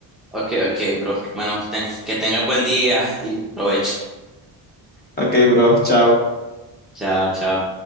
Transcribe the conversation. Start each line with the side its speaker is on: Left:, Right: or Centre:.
Centre: Ok, ok, bro. Bueno, ten- que tengas buen día y provecho.
Left: Ok, bro, chao.
Centre: Chao, chao.